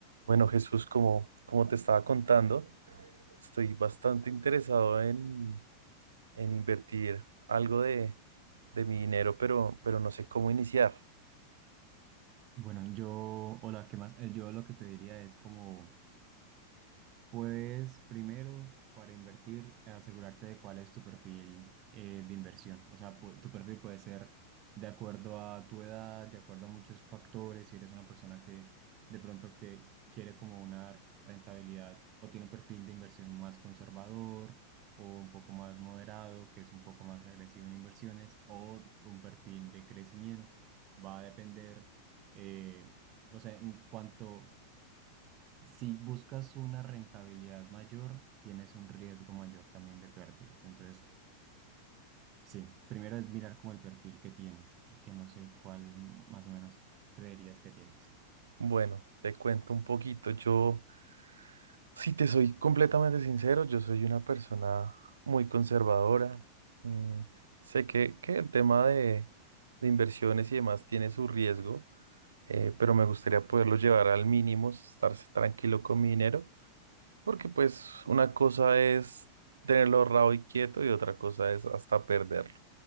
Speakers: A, on the right; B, on the right.
A: Bueno, Jesús, como, como te estaba contando, estoy bastante interesado en, en invertir algo de, de mi dinero, pero, pero no sé cómo iniciar.
B: Bueno, yo, hola, ¿qué más? Eh, Yo lo que te diría es como, Puedes primero, para invertir, asegurarte de cuál es tu perfil eh, de inversión. O sea, pu- tu perfil puede ser de acuerdo a tu edad, de acuerdo a muchos factores. Si eres una persona que de pronto que quiere como una rentabilidad o tiene un perfil de inversión más conservador o un poco más moderado, que es un poco más agresivo en inversiones, o un perfil de crecimiento. Va a depender, eh, o sea, en cuanto si buscas una rentabilidad mayor, tienes un riesgo mayor también de pérdidas. Entonces, sí, primero es mirar como el perfil que tienes, que no sé cuál más o menos creerías que tienes.
A: Bueno, te cuento un poquito. Yo Si te soy completamente sincero, yo soy una persona muy conservadora. Mm, sé que, que el tema de, de inversiones y demás tiene su riesgo, eh, pero me gustaría poderlo llevar al mínimo, estar tranquilo con mi dinero, porque pues una cosa es tenerlo ahorrado y quieto y otra cosa es hasta perderlo.